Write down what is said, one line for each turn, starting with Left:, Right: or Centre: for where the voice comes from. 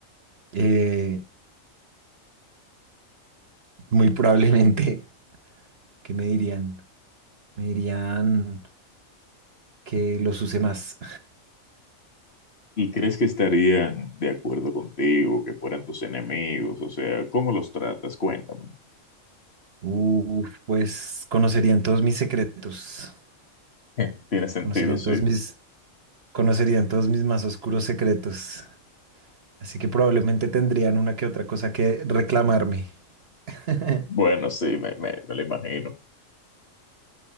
Right: eh, muy probablemente, que me dirían. Me dirían. que los use más.
Left: ¿Y crees que estarían de acuerdo contigo, que fueran tus enemigos? O sea, ¿cómo los tratas? Cuéntame.
Right: Uf, pues conocerían todos mis secretos,
Left: <laughs> Tiene sentido,
Right: conocerían
Left: sí.
Right: todos mis, conocerían todos mis más oscuros secretos. Así que probablemente tendrían una que otra cosa que reclamarme. <laughs>
Left: Bueno, sí, me, me, me lo imagino.